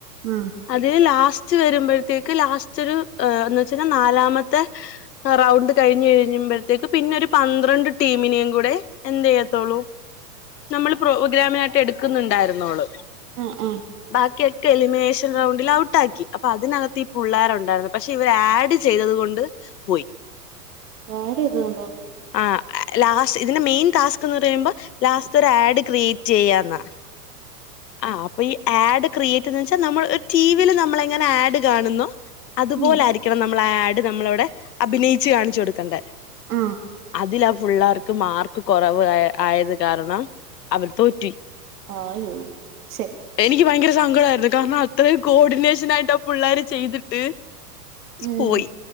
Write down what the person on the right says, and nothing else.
ആ
<inaudible>
ആ ആ
പാ ഡ് എതണ്ടോ <unintelligible>
ഉം
അ
ആയോ ശെ
ഉം